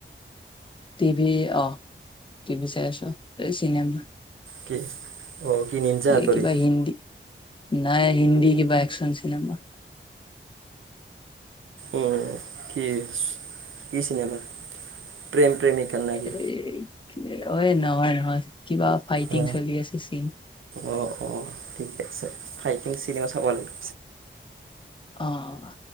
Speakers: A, on the left (about 25°); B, on the right (about 75°).
A: টি ভি, অ টি ভি চাই আছো এই চিনেমা।
B: কি? অঁ কি নিঞ্জা
A: এই
B: হাতৰি
A: কিবা হিন্দী নাই হিন্দী কিবা একচন চিনেমা।
B: উ, কি? কি চিনেমা? প্ৰেম প্ৰেমিকা নে
A: এই
B: কি
A: কি নহয় নহয়। কিবা ফাইটিং
B: উ
A: চলি আছে চিন
B: অ', অ', ঠিকে আছে ফাইটিং চিনেমা চাব লাগে।
A: অ',